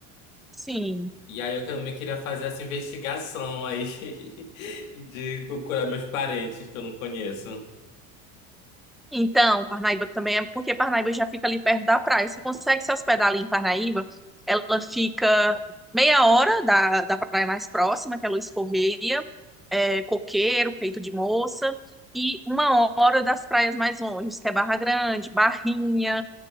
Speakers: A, in the centre; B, on the left (about 85°).
A: Sim.
B: E aí eu também queria fazer essa investigação aí <laughs> de procurar meus parentes que eu não conheço.
A: Então, Parnaíba também é porque Parnaíba já fica ali perto da praia. Você consegue se hospedar ali em Parnaíba? Ela fica meia hora da, da praia mais próxima, que é Luiz Correia, é, Coqueiro, Peito de Moça, e uma hora das praias mais longe, que é Barra Grande, Barrinha.